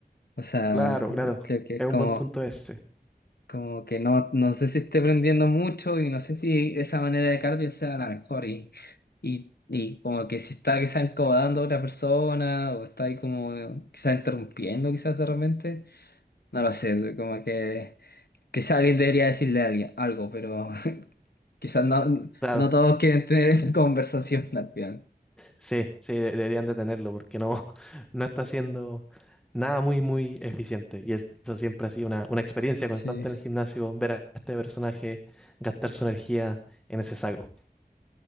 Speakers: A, on the left (about 80°); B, in the centre.
A: O sea,
B: Claro, claro.
A: creo que es
B: Es un
A: como.
B: buen punto ese.
A: Como que no, no sé si esté prendiendo mucho y no sé si esa manera de cardio sea la mejor. Y, y, y como que si está quizás incomodando a otra persona o está ahí como quizás interrumpiendo quizás de repente. No lo sé, como que quizás alguien debería decirle a alguien algo, pero <laughs> quizás no,
B: Claro.
A: no todos quieren tener esa conversación al final.
B: Sí, sí, de- deberían detenerlo porque no, <laughs> no está haciendo nada muy, muy eficiente. Y eso siempre ha sido una, una experiencia
A: Sí.
B: constante en el gimnasio, ver a este personaje gastar su energía en ese saco.